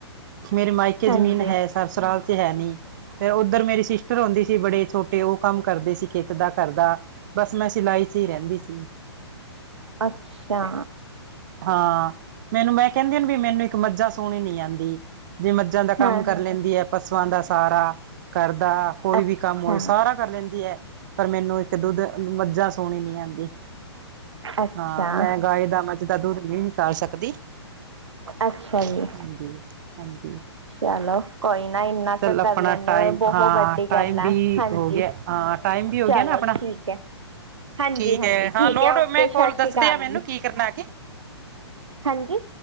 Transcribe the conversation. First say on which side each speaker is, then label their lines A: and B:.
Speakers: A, on the right; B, on the right.
A: ਮੇਰੇ ਮਾਇਕੇ
B: ਹਾਂਜੀ
A: ਜਮੀਨ ਹੈ ਸਸੂਰਾਲ ਚ ਹੈ ਨੀ ਤੇ ਓਧਰ ਮੇਰੀ ਸਿਸਟਰ ਹੁੰਦੀ ਸੀ ਬੜੇ, ਛੋਟੇ ਓ ਕੰਮ ਕਰਦੇ ਸੀ। ਕਿੱਤ ਦਾ ਕਰਦਾ ਬਸ, ਮੈਂ ਸਿਲਾਈ ਚ ਹੀ ਰੈਂਦੀ ਸੀ।
B: ਅੱਛਾ।
A: ਹਾਂ, ਮੈਨੂੰ ਮੈਂ ਕਹਿੰਦੀ ਵੀ ਮੈਨੂੰ ਇੱਕ ਮੱਝਾਂ ਸੁਣੀਂ ਨੀ ਆਂਦੀ, ਜੇ ਮੱ ਜਾਂ ਦਾ ਕੰਮ
B: ਹਾਂ
A: ਕਰ
B: ਹਾਂ
A: ਲੈਂਦੀ ਐ ਪਸੂਆਂ ਦਾ ਸਾਰਾ, ਘਰ ਦਾ ਕੋਈ
B: ਅੱਛਾ
A: ਵੀ ਕੰਮ ਹੋਏ ਸਾਰਾ ਕਰ ਲੈਂਦੀ ਐ ਪਰ ਮੈਨੂੰ ਇੱਕ ਦੁੱਧ ਮੱਝਾਂ ਸੂੰਣੀ ਨੀ ਆਂਦੀ।
B: ਅੱਛਾ
A: ਹਾਂ, ਮੈਂ ਗਾਏ ਦਾ, ਮੱਝ ਦਾ ਦੁੱਧ ਨੀ ਨਿਕਾਲ ਸਕਦੀ।
B: ਅੱਛਾ
A: ਹਾਂਜੀ,
B: ਜੀ
A: ਹਾਂਜੀ।
B: ਚਲੋ, ਕੋਈ ਨਾ ਇੰਨਾ
A: ਚੱਲ
B: ਕੁ
A: ਆਪਣਾ
B: ਕਰ ਲੈਨੇ
A: ਟਾਈਮ
B: ਓ ਬਹੋ
A: ਹਾਂ
B: ਵੱਡੀ
A: ਟਾਈਮ
B: ਗੱਲ ਐ,
A: ਵੀ
B: ਹਾਂਜੀ।
A: ਹੋ ਗਿਆ ਹਾਂ ਟਾਈਮ ਵੀ ਹੋ
B: ਚਲੋ,
A: ਗਿਆ ਨਾ ਆਪਣਾ
B: ਠੀਕ ਐ। ਹਾਂਜੀ-
A: ਠੀਕ
B: ਹਾਂਜੀ
A: ਹੈ ਹਾਂ
B: ਠੀਕ
A: ਲੋੜ
B: ਹੈ ਓਕੇ
A: ਮੈਂ ਕੋਲ
B: ਸਸ਼੍ਰੀ
A: ਦੱਸਦੇ
B: ਅਕਾਲ
A: ਆ ਮੈਨੂੰ
B: ਜੀ
A: ਕੀ ਕਰਨਾ ਅੱਗੇ
B: ਹਾਂਜੀ